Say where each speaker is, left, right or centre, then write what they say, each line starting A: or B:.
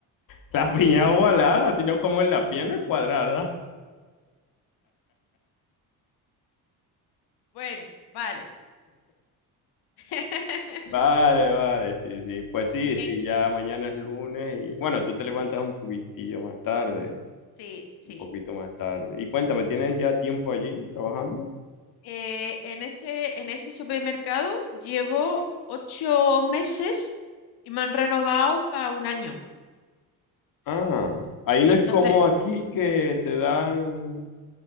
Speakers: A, on the left; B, on the left.
A: La piña es ovalada, sino como en la pierna es cuadrada.
B: Bueno, vale. <laughs>
A: Vale, vale, sí, sí. Pues sí,
B: Y
A: sí,
B: en-
A: ya mañana es lunes y bueno, tú te levantas
B: sí,
A: un poquitillo más tarde,
B: sí, sí.
A: un poquito más tarde. Y cuéntame, ¿tienes
B: O-
A: ya tiempo allí trabajando?
B: eh, en este, en este supermercado llevo ocho meses y me han renovado para un año.
A: Ah, ahí
B: Y
A: no es
B: entonces
A: como aquí que te dan,